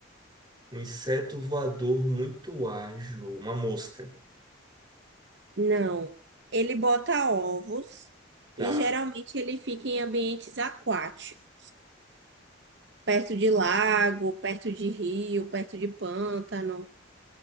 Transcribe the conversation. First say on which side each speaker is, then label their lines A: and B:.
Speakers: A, on the right; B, on the right.
A: Um inseto voador muito ágil, uma mosca.
B: Não. Ele bota ovos
A: Tá.
B: e geralmente ele fica em ambientes aquáticos. Perto de lago, perto de rio, perto de pântano.